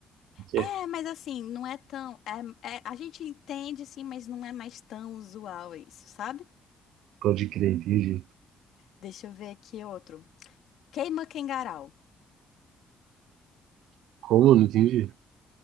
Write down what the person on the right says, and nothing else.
o que
é?
Pode crer, entendi.
Como? Não entendi.